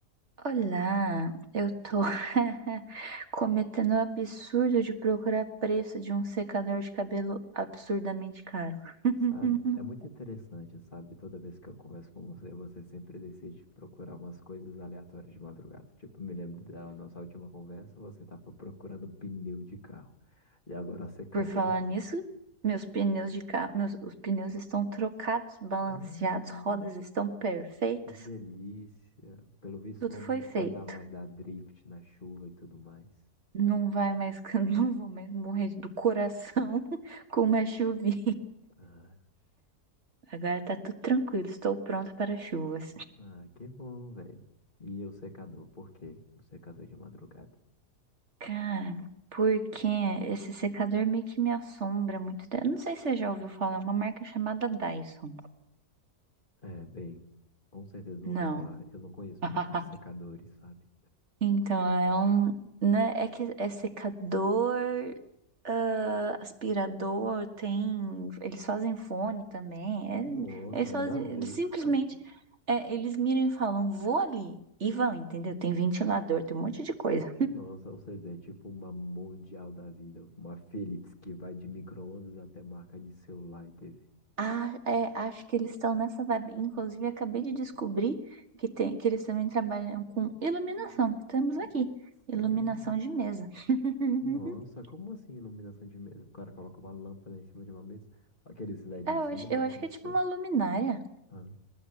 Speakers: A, on the right; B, on the left.
A: Olá, eu tô <laughs> cometendo o absurdo de procurar preço de um secador de cabelo absurdamente caro. <laughs>
B: Sabe? É muito interessante, sabe? Toda vez que eu converso com você, você sempre decide procurar umas coisas aleatórias de madrugada. Tipo, me lembro da nossa última conversa, você estava procurando pneu de carro. E agora secador.
A: Por falar nisso, meus pneus de carro, meus, os pneus estão trocados, balanceados,
B: Ah,
A: rodas estão perfeitas,
B: que delícia. Pelo visto,
A: tudo
B: não
A: foi feito.
B: vai dar mais dar drift na chuva e tudo mais.
A: Não vai mais, <laughs> não vou mais morrer do coração <laughs> com uma chuvinha.
B: Ah,
A: Agora tá tudo tranquilo, estou pronta para chuvas.
B: ah, que bom, velho. E o secador, por quê? O secador de madrugada.
A: Cara, porque esse secador meio que me assombra há muito tempo. Eu Não sei se você já ouviu falar, é uma marca chamada Dyson.
B: É, bem, com certeza não
A: Não.
B: ouvi falar. Eu não conheço
A: <laughs>
B: muito de secadores, sabe?
A: Então, é um, né, é que é secador, ah, aspirador, tem, eles fazem fone também, é-
B: Nossa,
A: eles
B: nada
A: fazem,
B: a ver.
A: eles simplesmente,
B: Que...
A: é, eles miram e falam, vou ali, e vão, entendeu? Tem ventilador, tem um monte de coisa.
B: Nossa, ou seja, é tipo uma mundial da vida. Uma Philips que vai de micro-ondas até marca de celular e TV.
A: Ah, é, acho que eles estão nessa vibe. Inclusive, acabei de descobrir que, tem, que eles também trabalham com iluminação, que temos aqui. Iluminação
B: Sério?
A: de mesa. <laughs>
B: Nossa, como assim iluminação de mesa? O cara coloca uma lâmpada em cima de uma mesa. Aqueles LEDzinho,
A: É, eu acho, eu
B: é
A: acho
B: como
A: que é
B: se
A: tipo
B: fosse.
A: uma luminária.
B: Ah,